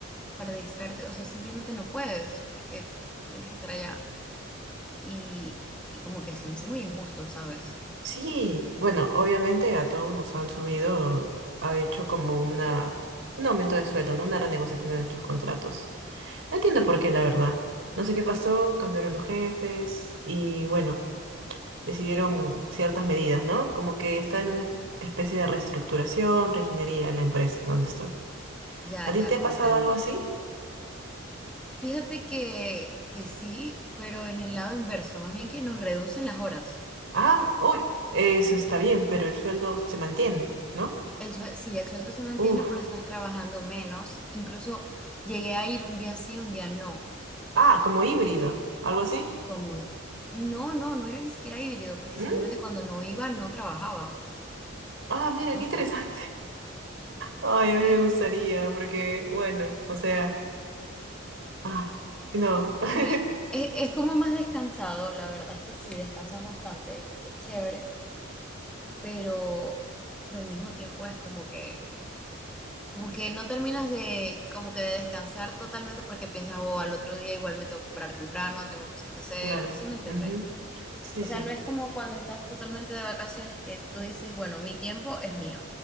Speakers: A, in the centre; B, on the right (about 65°).
A: para distraerte, o sea, simplemente no puedes porque, porque tienes que estar allá. Y, y como que se me hace muy injusto, ¿sabes?
B: Sí, bueno, obviamente a todos nos han subido, ha hecho como una, un aumento de sueldo, ¿no? Una renegociación de nuestros contratos. No entiendo por qué, la verdad. No sé qué pasó, cambiaron los jefes y bueno, decidieron ciertas medidas, ¿no? Como que está en una especie de reestructuración, reginería la empresa donde estoy.
A: Ya,
B: ¿A ti
A: ya
B: te
A: comprendo.
B: ha pasado algo así?
A: Fíjate que, que sí, pero en el lado inverso, más bien que nos reducen las horas.
B: Ah, uy, eso está bien, pero el sueldo se mantiene, ¿no?
A: El sue- sí, el sueldo se mantiene,
B: Uf,
A: pero estás trabajando menos. Incluso llegué a ir un día sí, un día no.
B: ah, como híbrido, algo así.
A: Como, no, no, no era ni siquiera híbrido, porque
B: Mm,
A: simplemente cuando no iba, no trabajaba.
B: Ah, mira,
A: Y punto.
B: qué interesante. Ay,
A: Sí,
B: a mí me gustaría,
A: s-
B: porque, bueno, o sea, ah, no, <laughs>
A: sí. Es, es como más descansado, la verdad es que sí, descansas bastante, es, es chévere, pero, pero al mismo tiempo es como que, como que no terminas de, como que de descansar totalmente porque piensas, oh, al otro día igual me tengo que parar temprano, tengo cosas que hacer,
B: claro,
A: ¿sí me entiendes?
B: ujú. Sí,
A: O
B: sí, sí,
A: sea, no es como cuando estás totalmente de vacaciones que tú dices, bueno, mi tiempo es mío.